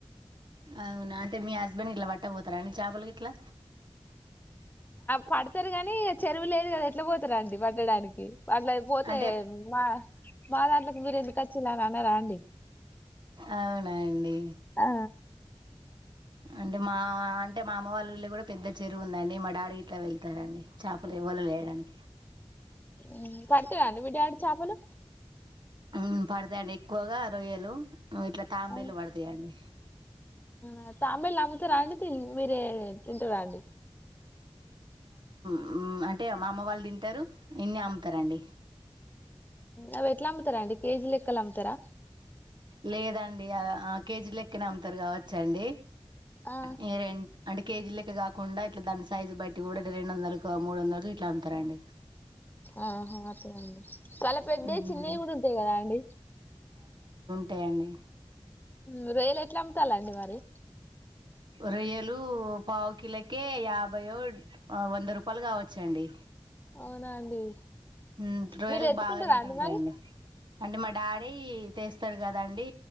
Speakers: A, on the right; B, on the left.
A: అవునా అంటే మీ హస్బెండ్ ఇట్లా పట్ట పోతారా అడి చేపలకి ఇట్లా
B: పడతారు కానీ ఇక చెరువు లేదు కదా ఎట్లా పోతారుండి పట్టడానికి అట్ల పోతే
A: అంటే
B: మా మా దాంట్లోకి మీరు ఎందుకుచ్చిలా అని అన్నార అండి
A: అవునండి
B: ఆ
A: అంటే మా అంటే మా అమ్మ వాళ్ళు ఊర్లో కూడా పెద్ద చెరువు ఉందండి మా డాడకి ఇట్లా వెళ్తారండి చేపలు ఇవల లేరని
B: ఉ పడుతదండి మీ డాడీ చేపలు
A: ఉమ్ పడతాయండి ఎక్కువగా రొయ్యలు ఇట్లా తాంబేలు
B: ఆ,
A: పడతాయండి
B: ఆ తాంబేలు అమ్ముతారా అండి మీరే తింటారు అండి
A: ఉమ్ అంటే మా అమ్మ వాళ్ళు తింటారు ఇన్న అమ్ముతారండి
B: అవి ఎట్లా అమ్ముతారా అండి కేజీ లెక్కలు అమ్ముతారా
A: లేదండి ఆ ఆ కేజీ లెక్కిన అమ్ముతారు కావచ్చాండి
B: ఆ,
A: ఇగా రెంట్ అంటే కేజీ లెక్క కాకుండా ఇట్లా దాని సైజు బట్టి కూడా రెండు వందల మూడు వంద ఇట్లా అమ్ముతారండి
B: ఆహా అట్లనా అండి తల పెడ
A: మ్మ్
B: చిన్నవి కూడా ఉంటాయి కదా అండి
A: టై అండి
B: ఉ రొయ్యలు ఎట్లా అమ్ముతాలండి మరి
A: రొయ్యలు పావు కిల్లోకే యాభై వంద రూపాయలు కావచ్చండి
B: అవునా అండి
A: ఉ రోయ్యలకి
B: మీరు ఎత్తుకుంటారా
A: బాగా రేటు
B: అండి
A: ఉంటాయండి
B: మరి
A: అంటే మా డాడీ స్తాడు కదండి